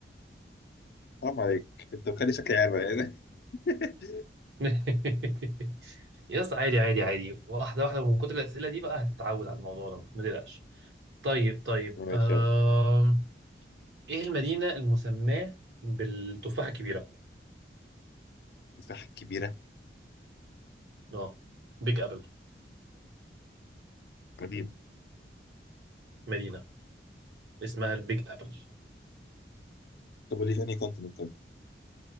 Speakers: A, on the left; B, on the right.
A: حرام عليك انت مخلي شكلي عارف يعني <laughs>
B: <laughs> يا اسطى عادي عادي عادي واحدة واحدة ومن كتر الأسئلة دي بقى هتتعود على الموضوع ده ما تقلقش طيب طيب
A: ماشي
B: أم...
A: يلا
B: ايه المدينة المسماة بالتفاحة الكبيرة؟
A: تفاحه كبيره
B: اه بيج أبل
A: قديمه
B: مدينة اسمها البيج أبل
A: طب قول لي تاني كونتيننت طيب